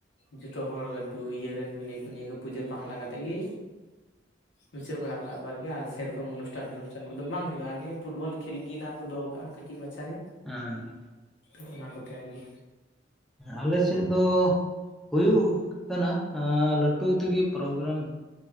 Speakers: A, on the left (about 80°); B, in the centre.
A: ᱡᱷᱚᱛᱚ ᱦᱚᱲ ᱫᱩ ᱤᱭᱟᱹ ᱨᱮᱱ ᱢᱤᱞᱮ ᱠᱚ ᱱᱤᱭᱟᱹ ᱠᱚ ᱯᱩᱡᱟᱹ ᱯᱟᱦᱴᱟ ᱠᱟᱛᱮᱫ ᱜᱮ ᱜᱩᱪᱷᱟᱹᱣ ᱵᱟᱲᱟ ᱠᱟᱜ-ᱟ ᱠᱚ ᱟᱨᱠᱤ ᱟᱨ ᱥᱮ ᱨᱚᱠᱚᱢ ᱚᱱᱩᱴᱷᱟᱱ ᱴᱚᱱᱩᱴᱷᱟᱱ ᱠᱚ ᱫᱚ ᱵᱟᱝ ᱦᱩᱭᱩᱜᱼᱟ ᱟᱨ ᱱᱤᱭᱟᱹ ᱯᱷᱩᱴᱵᱚᱞ ᱠᱷᱮᱞ ᱜᱮ ᱱᱟᱦᱟᱜ ᱠᱚ ᱫᱚᱦᱚ ᱠᱟᱜ ᱟ ᱠᱟᱹᱴᱤᱡ ᱢᱟᱪᱷᱟ ᱧᱚᱜ
B: ᱦᱮᱸ
A: ᱛᱚ ᱚᱱᱟ ᱠᱚᱛᱮ ᱟᱨᱠᱤ
B: ᱟᱞᱮ ᱥᱮᱫ ᱫᱚ ᱦᱩᱭᱩᱜ ᱠᱟᱱᱟ ᱟ ᱞᱟᱹᱴᱩ ᱴᱩ ᱛᱮᱜᱮ ᱯᱨᱳᱜᱨᱟᱢ